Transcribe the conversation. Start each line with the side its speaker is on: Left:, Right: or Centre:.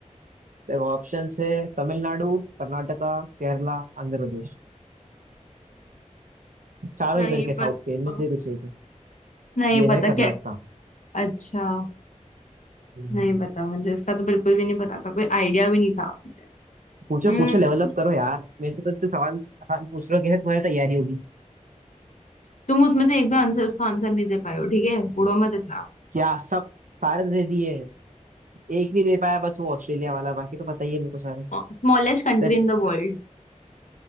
Right: देखो ऑप्शन है तमिलनाडु कर्नाटका केरला आंध्र प्रदेश चारों
Left: नहीं
Right: उधर के साउथ
Left: पता
Right: के इनमें से कुछ एक है
Left: नहीं
Right: ये
Left: पता
Right: है
Left: क्या
Right: कर्नाटका
Left: अच्छा
Right: हम्म।
Left: नहीं पता मुझे इसका तो बिल्कुल भी नहीं पता था कोई आइडिया भी नहीं था मुझे
Right: पूछो
Left: हम्म
Right: पूछो लेवल अप करो यार मेरे से तो इतने सवाल आसान पूछ रहे हो कैसे तुम्हारी तैयारी होगी
Left: तुम उसमें से एक भी आंसर उसका आंसर नहीं दे पाए हो ठीक है बुड़ो मत इतना
Right: क्या सब सारे तो दे दिए हैं एक नहीं दे पाया बस वो ऑस्ट्रेलिया वाला बाकी तो पता ही है मेरे को सारे
Left: Smallest country
Right: Then
Left: in the world